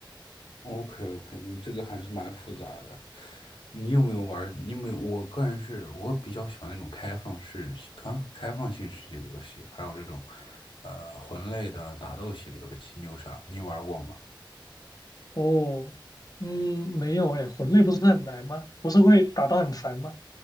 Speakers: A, on the left; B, on the left.
A: OK OK，你这个还是蛮复杂的。你有没有玩儿？你有没有？我个人是我比较喜欢那种开放式、开开放性世界的游戏，还有这种呃魂类的打斗系的游戏。你有啥？你玩过吗？
B: 哦，嗯，没有诶，魂类不是很难吗？不是会打到很烦吗？